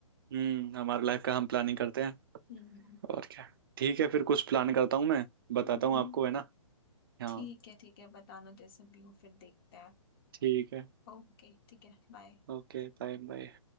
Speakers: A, on the right; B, on the left.
A: हम्म हमारा लाइफ का हम प्लानिंग करते हैं
B: हम्म
A: और क्या ठीक है फिर कुछ प्लान करता हूँ मैं बताता
B: हम्म।
A: हूँ आपको है ना हाँ
B: ठीक है ठीक है बताना जैसे भी हो फिर देखते हैं
A: ठीक है
B: ओके ठीक है बाय
A: Okay bye bye